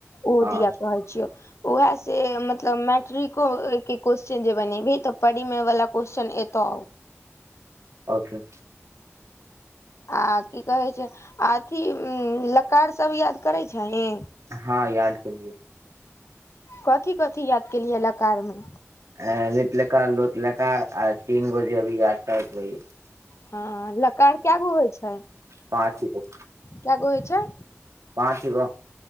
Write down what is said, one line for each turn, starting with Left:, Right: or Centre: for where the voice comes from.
Left: ओ
Right: हँ
Left: दिया कहै छियौ। वाएह से मतलब मैट्रिको के कोसचन जे बनेभी तऽ परिमेय वला कोस चन एतौ।
Right: अच्छा।
Left: आ कि कहै छै अथी उम्म लकार सब याद करै छहि।
Right: हां याद केलियै।
Left: कथी-कथी याद केलि हे लकार मे।
Right: ए लीट् लकार, लोट् लकार आ तीनगो जे अभी याद <unintelligible>
Left: हां लकार काएगो होय छै।
Right: पाँचगो।
Left: काएगो होय छै।
Right: पाँचगो।